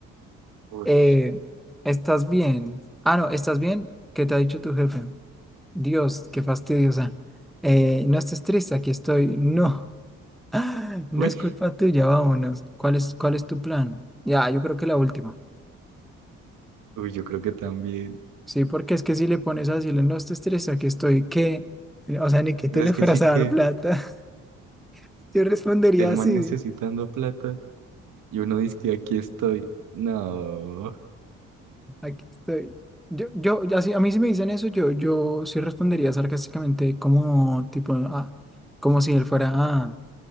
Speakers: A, on the right; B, in the centre.
A: Uy.
B: Eh, ¿estás bien? Ah, no, ¿estás bien? ¿Qué te ha dicho tu jefe? Dios, qué fastidiosa. Eh, no estés triste, aquí estoy. No, <gasps> <laughs> no
A: Uy,
B: es culpa tuya, vámonos. ¿Cuál es, cuál es tu plan? Ya, yo creo que la última.
A: uy, yo creo que también.
B: Sí, porque es que si le pones a decirle, no estés triste, aquí estoy, ¿qué? O sea, ni que
A: Pues
B: tú le
A: Es
B: fueras
A: que sí
B: a dar
A: que
B: plata. <laughs> Yo respondería
A: el man
B: así.
A: necesitando plata y uno dice que aquí estoy. No.
B: Aquí estoy. Yo, yo, así, a mí si me dicen eso, yo, yo sí respondería sarcásticamente como tipo, ah, como si él fuera a,